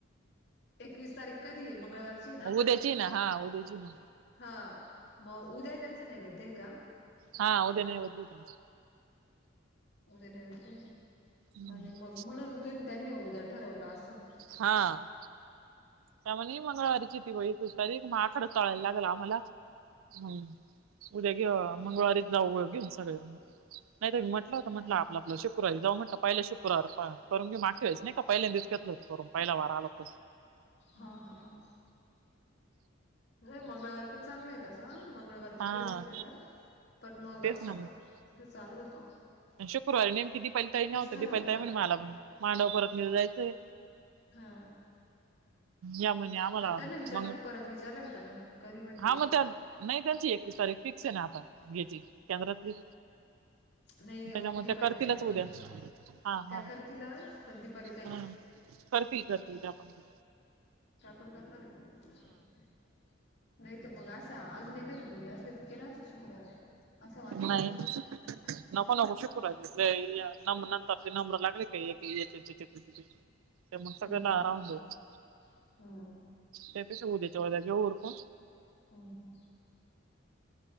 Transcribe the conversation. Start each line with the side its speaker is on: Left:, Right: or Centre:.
Left: एकवीस तारीख कधी आहे मंगळवारची
Right: उद्याची ना हा उद्याची ना.
Left: हां मग उद्या त्यांचं नैवद्य आहे का?
Right: हां उद्या नैवेद्य आहे त्यांचा.
Left: उद्या नैवेद्य य
Right: त्यांचा
Left: आणि मग म्हणून तेन त्यांनी उद्या ठरवलं असं.
Right: हां. त्याम्हणे मंगळवारीची ती बाई दुपारी मग आखाड तळायला लागेल आम्हाला हम्म. उद्या घे
Left: हा
Right: मंगळवारी जाऊ घेऊन सगळं नाही म्हटलं होतं म्हटलं
Left: हा
Right: आपलं आपलं शु क्रवारी जाऊ म्हटल पहिला शुक्रवारी प करून घेऊ, मागच्या वेळेस नाही का पहिल्यांदीच घेतल होत करूण पहिला वार आला तो.
Left: हां हां हां नाई मंगळवार पण चांगला आहे तसं मंगळवार
Right: हा
Left: किंवा शुक्रवार पण मग
Right: तेच
Left: असं
Right: ना
Left: अस
Right: मग
Left: चालू होता,
Right: शुक्रवारी नेमकी दिपाली ताई नव्हती.
Left: ठरवलं
Right: दिपाली
Left: होत
Right: ताई म्हणे मला मांडव परतनीला जायचंय.
Left: हा
Right: या म्हणे आम्हाला
Left: म त्यांना विचारलं
Right: मग
Left: परत विचारलं का त्यांना, कधी म्हंटलं
Right: हा मग
Left: का?
Right: त्या नाही त्यांची एकवीस तारीख फिक्स आहे ना आता घ्यायची केंद्रातली.
Left: नाही हो
Right: त्याच्यामुळे
Left: दीपाली
Right: त्या करतीलच
Left: ताईंचं
Right: उद्या.
Left: म्हणते
Right: हा
Left: त्या
Right: हा
Left: करतीलच पण दीपाली ताई
Right: हा, करतील करतील ते आपण कर,
Left: त्या पण करणार आहे का? नाही तर मग असा अजून एखादी जोडी असली तर केला असत शुक्रवारी, असं वाटत
Right: नाही
Left: होत मला,
Right: नको नको शुक्रवारी बरे आहे, नंतर ते नंबर लागले का एक एक एकाचे, एक एक एकाचे, ते म्ह सगळ
Left: हम्म
Right: राहून जाईल
Left: हम्म
Right: त्यापेक्षा उद्याच्या उद्या घेऊ उरकून.
Left: हम्म